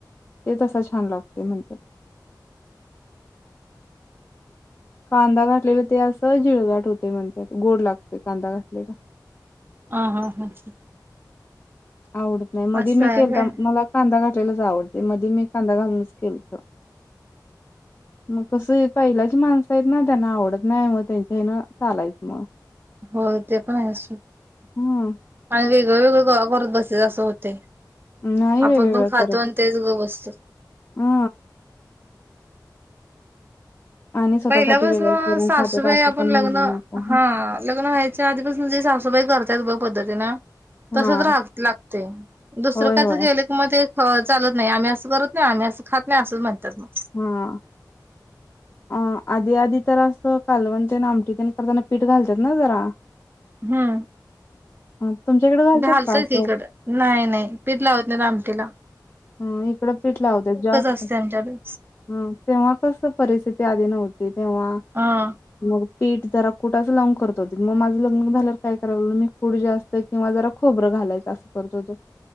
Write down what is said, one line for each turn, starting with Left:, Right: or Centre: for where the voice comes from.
Left: ते तस छान लागते म्हणतात. कांदा घाटलेला ते असं जिळगाट होते म्हणत गोड लागते कांदा घातलेल.
Right: हम्म हम्म हम्म
Left: आवडत नाही. मध्ये
Right: असं
Left: मी
Right: आहे
Left: केलता
Right: व्हय
Left: मला कांदा घाठलेयलाच आवडते मध्ये मी कांदा घालूनच केलत. मग कस पहिल्याची माणस आहेत ना त्यांना आवडत नाही मग त्यांच्या हन चालायच मग.
Right: हो ते पण आहे. अस
Left: हम्म
Right: आणि वेगळ वेगळं करत बसायच अस होतय.
Left: नाही
Right: आपण
Left: वेगवेगळं
Right: पण खातो
Left: करत
Right: आणि तेच गप बसतो.
Left: हा आणि स्वतःसाठी
Right: पहिल्यापासून
Left: वेगळं करून
Right: सासूबाई
Left: खात्यात असं
Right: आपण
Left: पण म्हणू
Right: लग्न,
Left: नका
Right: हा लग्न व्हायच्या आधीपासून जे सासूबाई करत्यात बघ पद्धतीन
Left: हा
Right: तसच राह लागते. दुसर
Left: होय
Right: कायच
Left: होय.
Right: जेवले. मग ते चालत नाही. आम्ही अस करत नाही. आम्ही अस खात नाही. असच म्हणतात मग.
Left: हा आ आधी आधी तर अस कालवण ते आमटी ते करताना पीठ घालत्यात ना जरा.
Right: हम्म
Left: हम्म तुमच्याकडे घालतात
Right: घालतय
Left: का असं?
Right: की इकड नाही नाही पीठ लावत नाही लामटीला.
Left: हम्म इकड पीठ लावत्यात जास्त.
Right: असते आमच्याकडे
Left: हम्म तेव्हा कस परिस्थिती आधी नव्हती तेव्हा
Right: ह
Left: मग पीठ जरा कुटाच लाऊन करत होते. मग माझ लग्न झाल्यावर काय करायला लागलं मी कुठ जास्त जास्त किंवा जरा खोबर घालायच असत.